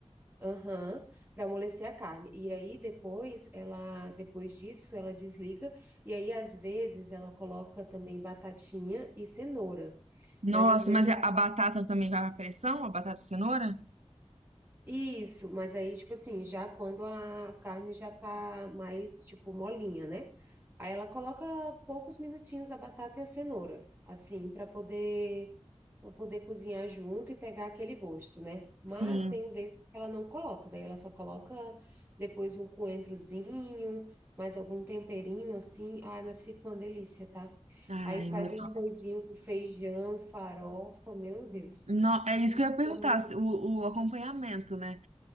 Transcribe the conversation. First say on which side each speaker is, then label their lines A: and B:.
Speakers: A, on the right; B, on the right.
A: Aham, para amolecer a carne. E aí depois ela, depois disso, ela desliga e aí às vezes ela coloca também batatinha e cenoura, mas
B: Nossa,
A: às vezes
B: mas a a batata também vai pra pressão? A batata e cenoura?
A: Isso, mas aí, tipo assim, já quando a carne já tá mais, tipo, molinha, né? Aí ela coloca poucos minutinhos a batata e a cenoura, assim, para poder para poder cozinhar junto e pegar aquele gosto, né? Mas
B: Sim.
A: tem vezes que ela não coloca, daí ela só coloca depois um coentrozinho, mais algum temperinho assim. Ai, mas fica uma delícia, tá?
B: Ai,
A: Aí faz
B: meu Deus.
A: um arrozinho com feijão, farofa, meu Deus.
B: No- é isso que eu ia perguntar,
A: <laughs>
B: se- o, o acompanhamento, né?